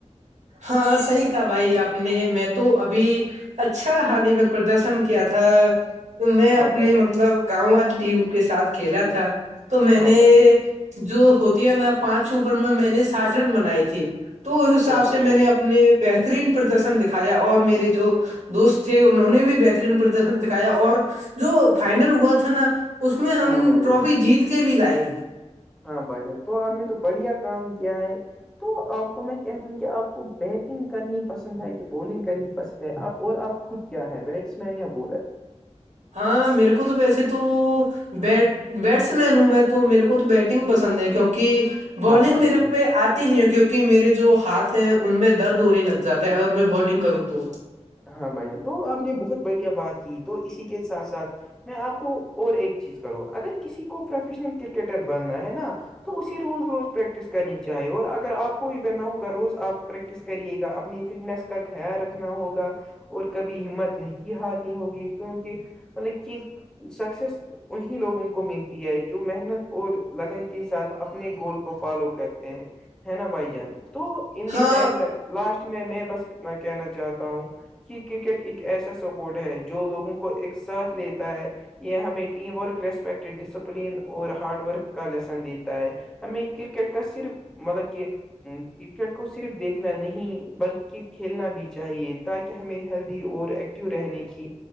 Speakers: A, on the right (about 75°); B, in the centre.
A: ہاں صحیح کہا بھائی آپ نے میں تو ابھی اچھا حال ہی میں پردرشن کیا تھا تو میں
B: ہاں
A: اپنے
B: بھائی جان
A: مطلب گاؤں والی ٹیم کے ساتھ کھیلا تھا تو میں
B: ہاں
A: نے
B: بھائی جان
A: جو ہوتی ہے نا پانچ اوور میں میں نے ساٹھ رن بنائے تے تو اس حساب
B: ہاں
A: سے
B: بھائی
A: میں
B: جان
A: نے اب نے بہترین پردرشن دکھایا اور میرے جو دوست تھے انہوں نے بھی بہترین پردرشن دکھایا اور جو فائنل ہوا تھا نا اس میں ہم
B: ہاں بھائی
A: ٹرافی
B: جان
A: جیت کے بھی لائے
B: ہاں بھائی تو آپ نے تو بڑھیا کام کیا ہے تو آپ کو میں کہہ دوں کہ آپ کو بیٹنگ کرنی پسند ہے کہ بالنگ کرنی پسند ہے آپ اور آپ خود کیا ہے بیٹس مین یا بالر
A: ہاں میرے کو تو ویسے تو بیٹ بیٹس مین ہوں میں تو میرے کو تو بیٹنگ پسند ہے کیونکہ بالنگ
B: ہاں بھائی
A: میرے
B: جان
A: پہ آ نہیں ہے کیونکہ میرے جو ہاتھ ہیں ان میں درد ہونے لگ جاتا ہے اگر میں بالنگ کروں تو
B: ہاں بھائی جان تو آپ نے بہت بڑھیا بات کی تو اسی کے ساتھ ساتھ میں آپ کو اور ایک چیز کروں اگر کسی کو پروفیشنل کرکٹر بننا ہے نا تو اسے روز روز پریکٹس کرنی چاہیے اور اگر آپ کو بھی بنا ہوگا روز آپ پریکٹس پریکٹس کرتے گا اپنی فٹنس کا خیال رکھنا ہوگا اور کبھی ہمت نہیں ہارنی ہوگی کیونکہ مطلب کہ سکسیس انیں لوگوں کو ملتی ہے جو محنت اور لگن کے ساتھ اپنے گول کو فالو کرتے ہیں ہے نا بھائی جان تو ان
A: ہاں
B: دی اینڈ لاسٹ میں میں بس اتنا کہنا چاہتا ہوں کہ کرکٹ ایک ایسا سپورٹ ہے جو لوگوں کو ایک ساتھ لیتا ہے یہ ہمیں ٹیم ورک ریسپیکٹ ڈسپلین اور ہارڈ ورک کا لیسن دیتا ہے ہم کررکٹ کا صرف مطلب کہ کرکٹ کو صرف دیکھنا نہیں بلکہ کھیلنا بھی چاہیے تاکہ کہ ہمیں ہیلدی اور ایکٹو رہنے کی